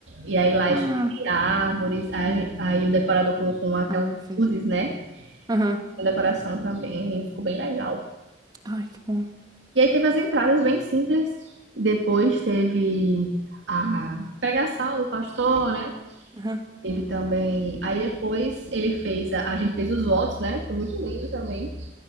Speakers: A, on the right; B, on the right.
A: e aí lá
B: Ah,
A: escrevi árvores, aí, a gen- aí o decorador colocou uma- aquelas
B: ah, fez.
A: luzes, né?
B: Aham.
A: Na decoração também, ficou bem legal.
B: Ai, que bom.
A: E aí teve as entradas bem simples. Depois teve a pregação do pastor, né?
B: Aham.
A: Teve também. Aí depois ele fez. A, a gente fez os votos, né? Foi muito lindo também.